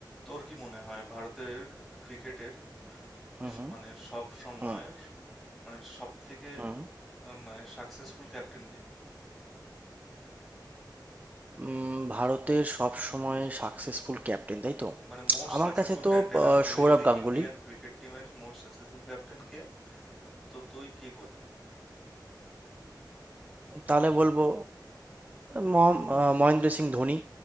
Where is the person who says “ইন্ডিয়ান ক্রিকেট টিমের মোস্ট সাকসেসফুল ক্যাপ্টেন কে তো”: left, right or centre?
Centre